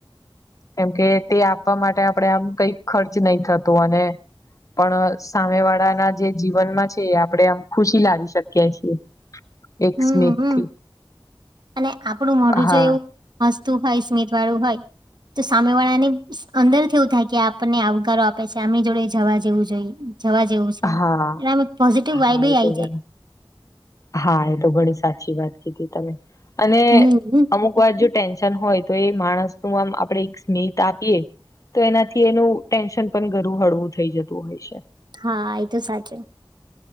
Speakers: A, on the left; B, on the right.
A: કેમકે તે આપવા માટે આપણેે આમ કઈ ખર્ચ નહી થતો અને પણ સામે વાળા ના જે જીવનમાં છે એ આપડણે આમ ખુશી લાવી શકીએ છીએ. એક
B: હમ
A: સ્મિત
B: હમ
A: થી
B: અને આપણું મોઢુ
A: હા
B: જો એવું હસ્તુ હોય સ્મિત વાળું હોય તો સામે વાળાની અંદર થી એવું થાય કે આપને આવકારો આપે છે આમની જોડે જવા જેવું જોઈએ. જવા જેવું છે એટલે
A: હા
B: આમ પોઝિટિવ
A: હા
B: વાઇબ આ
A: એ
B: આવી
A: તો ઘણી
B: જાય.
A: હા એ તો ઘણી સાચી વાત કીધી તમે અને
B: હમ
A: અમુક કોય હજુ જો ટેન્શન હોય તો એ માણસ નું આમ આપડે એક સ્મિત આપીએ તો એનાથી એનું ટેન્શન પણ ઘણું હળવું થઈ જતું હોય છે.
B: હા એ તો સાચું